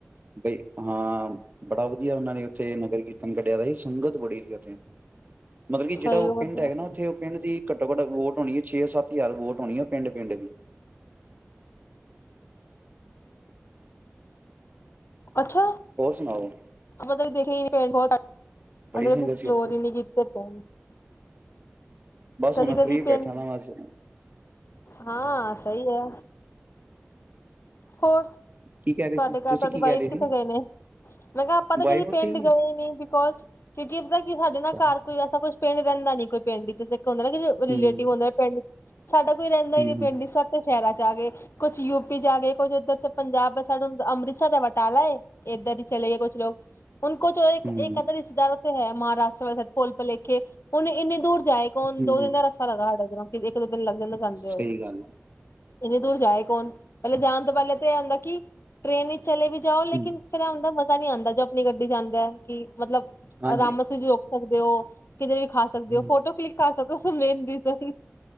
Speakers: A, on the right; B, on the left.
A: ਬਈ ਹਾਂ ਬੜਾ ਵਧੀਆ ਉਹਨਾਂ ਨੇ ਉੱਥੇ ਨਗਰ ਕੀਰਤਨ ਕੱਢਿਆ ਸੀ ਸੰਗਤ ਬੜੀ ਸੀ ਉੱਥੇ ਮਤਲਬ ਕਿ ਜਿਹੜਾ
B: ਸਹੀ
A: ਉਹ
B: ਵਧੀਆ
A: ਪਿੰਡ ਹੈਗਾ ਨਾ ਉੱਥੇ ਉਹ ਪਿੰਡ ਦੀ ਘੱਟੋ ਘੱਟ ਵੋਟ ਹੋਣੀ ਹੈ ਛੇ ਸੱਤ ਹਜ਼ਾਰ ਵੋਟ ਹੋਣੀ ਹੈ ਪਿੰਡ ਪਿੰਡ ਦੀ।
B: ਅੱਛਾ
A: ਹੋਰ ਸੁਣਾਓ
B: ਮਤਲਬ ਦੇਖੀਏ ਬਹੁਤ
A: ਬੜੀ
B: ਅਗਰ
A: ਸੰਗਤ
B: ਆਪਾ ਐਸਪਲੋਰ
A: ਸੀ ਉੱਥੇ
B: ਹੀ ਨਹੀਂ ਕੀਤੇ ਪ
A: ਬਸ ਹੁਣ
B: ਕਦੀ
A: ਫ੍ਰਰੀ
B: ਕਦੀ ਫੇਰ
A: ਬੈਠਾ ਨਾ ਬਸ ਹੂੰ
B: ਹਾਂ ਸਹੀ ਹੈ। ਹੋਰ
A: ਕੀ ਕਹਿ ਰਹੇ
B: ਤੁਹਾਡੇ
A: ਸੀ
B: ਘਰ
A: ਤੁਸੀਂ
B: ਤੁਹਾਡੀ
A: ਕੀ
B: ਵਾਈਫ
A: ਕਹਿ ਰਹੇ
B: ਕਿੱਥੇ
A: ਸੀ
B: ਗਏ ਨੇ? ਮੈਂ ਕਿਹਾ ਆਪਾਂ ਤਾਂ
A: ਵਾਈਫ
B: ਕਦੇ
A: ਉੱਥੇ
B: ਪਿੰਡ
A: ਹੀ ਹੈ?
B: ਗਏ ਨੀ ਬਿਕੋਜ ਕਿਉਂਕਿ ਏਦਾਂ ਕਿ ਸਾਡੇ
A: ਅੱਛਾ
B: ਨਾਲ
A: ਹੂੰ
B: ਘਰ ਕੋਈ ਐਸਾ ਕੁਛ ਪਿੰਡ ਰਹਿੰਦਾ ਨਹੀਂ ਕੋਈ ਪਿੰਡ ਚ ਤੇ ਹੁੰਦਾ ਨਾ ਜਿਵੇਂ ਰਿਲੇਟਿਵ
A: ਹੂੰ
B: ਹੁੰਦਾ ਪਿੰਡ ਸਾਡਾ ਕੋਈ ਰਹਿੰਦਾ
A: ਹੂੰ
B: ਹੀ ਨੀ ਪਿੰਡ ਸਭ ਤੇ ਸ਼ਹਿਰਾਂ ਚ ਆ ਗਏ ਕੁਛ ਯੂਪੀ ਜਾ ਗਏ ਕੁੱਝ ਉੱਧਰ ਚ ਪੰਜਾਬ ਸਾਨੂੰ ਤਾਂ ਅੰਮ੍ਰਿਤਸਰ ਦਾ ਬਟਾਲਾ ਏ ਇੱਧਰ ਹੀ ਚਲੇ ਗਏ ਕੁਛ ਲੋਕ ਹੁਣ ਕੋ ਜੋਂ ਏਕ
A: ਹੂੰ
B: ਇਧਰ ਰਿਸ਼ਤੇਦਾਰੋ ਚੋ ਹੈ ਮਹਾਰਾਸ਼ਟਰ ਵ ਸ ਭੁੱਲ ਭਲੇਖੇ ਹੁਣ ਇੰਨੇ ਦੂਰ ਜਾਏ ਕੌਣ?
A: ਹੂੰ,
B: ਦੋ
A: ਹੂੰ।
B: ਦਿਨ ਦਾ ਰਸਤਾ ਲੱਗਣਾ ਸਾਡੇ ਏਡਰੋ ਇੱਕ ਦੋ ਦਿਨ ਲੱਗ ਨਾ ਜਾਂਦੇ
A: ਸਹੀ
B: ਹੋਏ
A: ਗੱਲ ਆ
B: ਇੰਨੀ ਦੂਰ ਜਾਏ ਕੌਣ ਪਹਿਲੇ ਜਾਣ ਤੋਂ ਪਹਿਲੇ ਤੇ ਇਹ ਹੁੰਦਾ ਕਿ ਟ੍ਰੇਨ ਚ ਚਲੇ ਵੀ ਜਾਓ ਲੇਕਿਨ
A: ਹੂੰ
B: ਫੇਰ ਏਹ ਆਉਂਦਾ ਮਜ਼ਾ ਨਹੀਂ ਆਂਦਾ ਜੋ ਆਪਣੀ ਗੱਡੀ ਚ ਜਾਂਦਾ ਕਿ ਮਤਲਬ
A: ਹਾਂਜੀ
B: ਆਰਾਮ ਨਾਲ ਅਸੀਂ ਜੋ ਸਕਦੇ ਹੋ ਕਿਤੇ ਵੀ ਖਾ ਸਕਦੇ
A: ਹੂੰ
B: ਹੋ ਫੋਟੋ ਕਲਿੱਕ ਕਰ ਸਭ ਤੋਂ ਮੇਨ ਰਿਜਨ